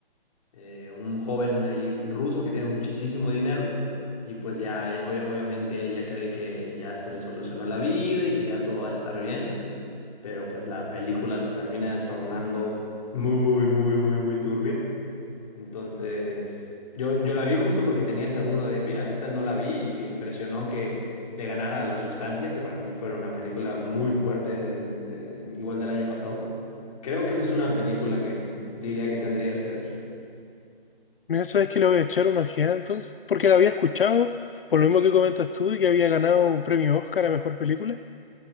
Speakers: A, on the left (about 40°); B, on the left (about 70°).
A: eh, un joven ahí ruso que tiene muchísimo dinero y pues ya eh, obvia- obviamente ella cree que ya se le solucionó la vida y que ya todo va a estar bien, pero pues la película se termina tornando muy, muy, muy, muy turbia. Entonces, yo, yo la vi justo porque tenía esa duda de, mira, esta no la vi y me impresionó que le ganara a La Sustancia, que para mí fue una película muy fuerte del, del- igual del año pasado. Creo que esa es una película que diría que tendrías que ver.
B: Mira, sabes que le voy a echar una ojeada entonces, porque la había escuchado, por lo mismo que comentas tú, y que había ganado un premio Oscar a mejor película.